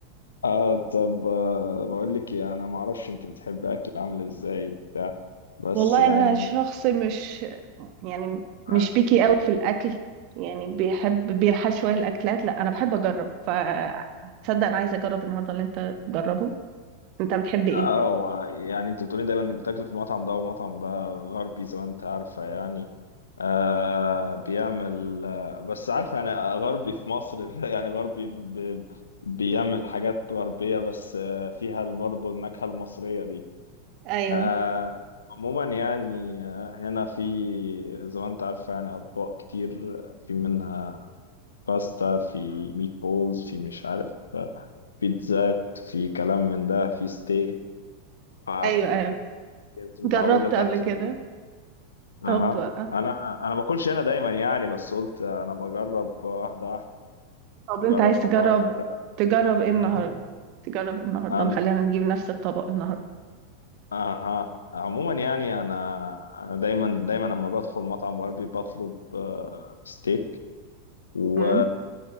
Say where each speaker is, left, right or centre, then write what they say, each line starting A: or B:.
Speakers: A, on the left; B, on the right.
A: اه طب آه، بقول لك إيه، انا ما اعرفش انت بتحب اكل عامل ازاي وبتاع بس
B: والله
A: يعني
B: انا شخص مش يعني
A: اه
B: مش بيكي قوي في الاكل يعني بيحب بينحاز شويه الاكلات لا انا بحب اجرب فتصدق انا عايزه اجرب النهارده اللي انت تجربه انت بتحب ايه
A: آه، هو يعني انت بتقولي دايما انك بتاكل في المطعم ده ومطعم ده غربي زي ما انت عارفه يعني آه بيعمل آه بس عارفه يعني غربي في مصر <laughs> يعني غربي ب- بيعمل حاجات غربيه بس آه فيها برضه النكهه المصريه دي
B: ايوه
A: آه عموما يعني آه، هنا في زي ما انت عارفه يعني اطباق كتير في منها باستا في ميت بولز في مش عارف آه، بيتزات في كلام من ده في ستيك ف
B: ايوه ايوه ايوه
A: كنت متعودة
B: جربت
A: تاكل
B: قبل كده طب
A: اها انا انا باكلش هنا دايما يعني بس قلت انا بجرب واحدة واحدة
B: طب
A: بجرب
B: انت عايز
A: مطاعم
B: تجرب
A: أنا ده
B: تجرب ايه النهارده
A: مهم.
B: تجرب ايه النهارده
A: أنا
B: خلينا نجيب نفس الطبق النهارده
A: اها عموما يعني انا انا دايما دايما لما بدخل مطعم غربي بطلب آه، ستيك و...
B: امم